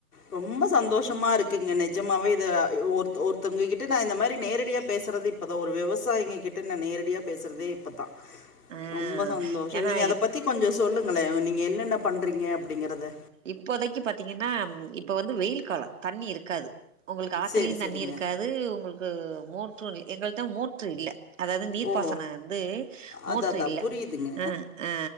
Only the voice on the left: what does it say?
ரொம்ப சந்தோஷமா இருக் குங்க நெஜமாவே இத ஒருத் ஒருத்தவ்ங்க கிட்ட நா இ இந்த மாரி நேரடியா பேசுறது இப்போதா ஒரு விவசாயிங்கக்கிட்ட நா நேரடியா பேசுறதே இப்பதா
ரொம்ப சந்தோஷொ
நீங்க அதப்
பத்தி கொஞ்சொ சொல்லுங்களே நீங்க என்னென்ன பண்றீங்க அப்டிங்கறத
சரி சரிங்க
ஓ
அதா அதா
புரியுதுங்க